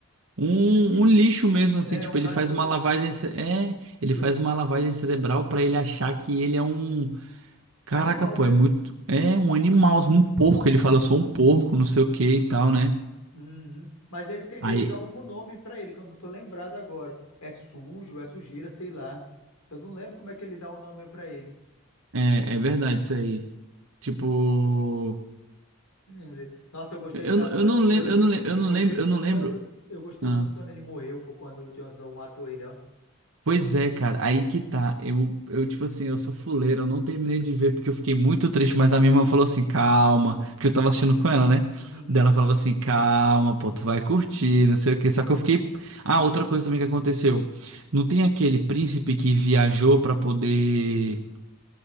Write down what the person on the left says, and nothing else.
como é que
é?
É um cachorro,
ele,
um animal
mesmo.
Uhum. Mas ele tem,
ele dá algum nome pra ele, que eu não tô lembrado agora. É sujo, é sujeira, sei lá. Eu não lembro como é que ele dá o nome pra ele.
lembrei. Nossa, eu gostei
tanto.
quando-
Eu,
eu
gostei
muito
quando eu, eu gostei
muito quando ele morreu, pô, quando o Jon Snow matou ele, ó.
Uhum,